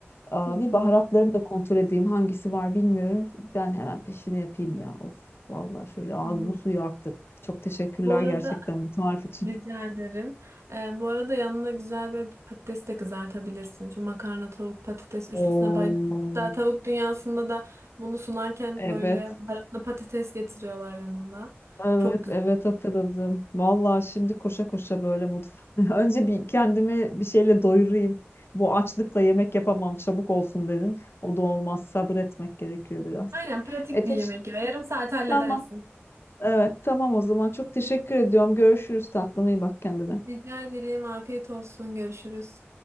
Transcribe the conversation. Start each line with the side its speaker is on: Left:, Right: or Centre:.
Left: Aa,
Right: Hı
Left: bir baharatlarımı
Right: hı,
Left: da kontrol edeyim. Hangisi var bilmiyorum. Ben hemen peşini yapayım ya. Of, vallahi şöyle ağzımın
Right: tamam.
Left: suyu aktı. Çok teşekkürler
Right: Bu arada
Left: gerçekten bu tarif için.
Right: rica ederim. E, bu arada yanına güzel bir patates de kızartabilirsin. Şu makarna, tavuk, patates üçlüsüne
Left: Oo,
Right: bayılıyorum. Hatta tavuk dünyasında da bunu sunarken
Left: evet,
Right: böyle baharatlı patates getiriyorlar yanında.
Left: evet,
Right: Çok güzel.
Left: evet hatırladım. Vallahi şimdi koşa koşa böyle mutfağa. <laughs> Önce bir kendimi bir şeyle doyurayım. Bu açlıkla yemek yapamam çabuk olsun dedim. O da olmaz. Sabretmek gerekiyor biraz.
Right: Aynen pratik
Left: E, teş-
Right: bir yemek ya. Yarım saat halledersin.
Left: tamam. Evet, tamam o zaman. Çok teşekkür ediyorum. Görüşürüz tatlım. iyi bak kendine.
Right: Rica ederim. Afiyet olsun. Görüşürüz.